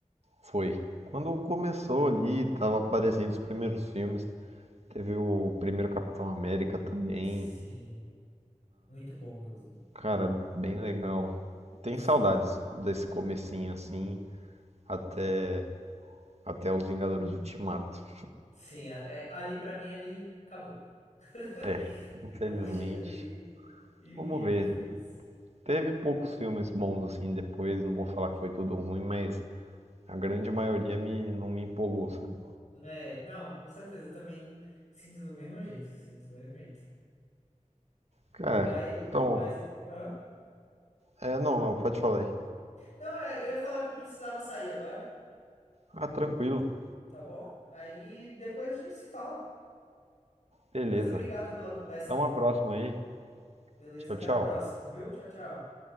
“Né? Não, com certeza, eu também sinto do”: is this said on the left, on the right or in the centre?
Left